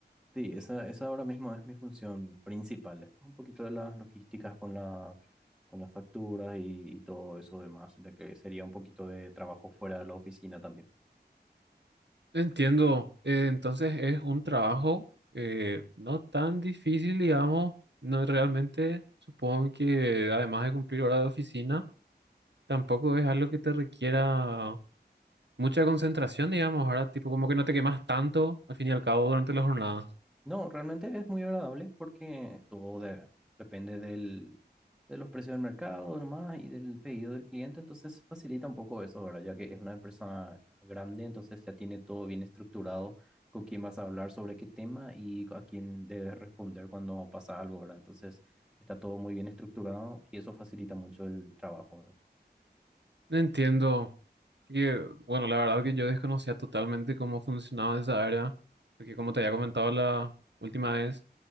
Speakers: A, in the centre; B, on the right.
A: Sí, esa, esa ahora mismo es mi función principal. Después un poquito de las logísticas con la, con las facturas y, y todo eso demás, de que sería un poquito de trabajo fuera de la oficina también.
B: Entiendo. Eh, entonces es un trabajo eh, no tan difícil, digamos. No es realmente, supongo que además de cumplir hora de oficina, tampoco es algo que te requiera mucha concentración, digamos, ¿verdad? Tipo, como que no te quemas tanto al fin y al cabo durante la jornada.
A: No, realmente es muy agradable porque todo de- depende del, de los precios del mercado nomás y del pedido del cliente, entonces facilita un poco eso, ¿verdad? Ya que es una empresa grande, entonces ya tiene todo bien estructurado con quién vas a hablar sobre qué tema y a quién debes responder cuando pasa algo, ¿verdad? Entonces está todo muy bien estructurado y eso facilita mucho el trabajo, ¿verdad?
B: Entiendo. Porque, bueno, la verdad que yo desconocía totalmente cómo funcionaba esa área, porque como te había comentado la última vez,